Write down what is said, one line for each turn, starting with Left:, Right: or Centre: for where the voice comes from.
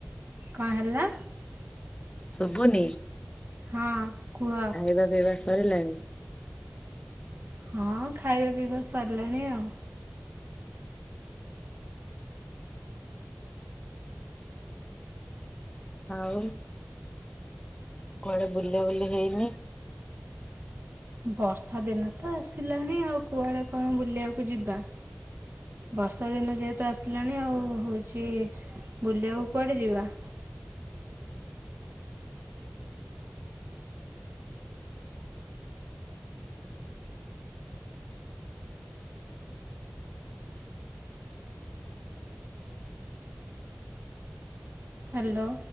Right: କଣ ହେଲା?
Left: ଶୁଭୁନି?
Right: ହଁ। କୁହ
Left: ଖାଇବା ପିଇବା ସରିଲାଣି?
Right: ହଁ ଖାଇବା ପିଇବା ସରିଲାଣି ଆଉ।
Left: ଆଉ କୁଆଡେ ବୁଲା ବୁଲି ହେଇନି?
Right: ବର୍ଷା ଦିନ ତ ଆସିଲାଣି ଆଉ କୁଆଡେ କଣ ବୁଲିବାକୁ ଯିବା। ବର୍ଷା ଦିନ ଯେହେତୁ ଆସିଲାଣି ଆଉ ହଉଛି ବୁଲିବାକୁ କୁଆଡ଼େ ଯିବା। ହ୍ୟାଲୋ।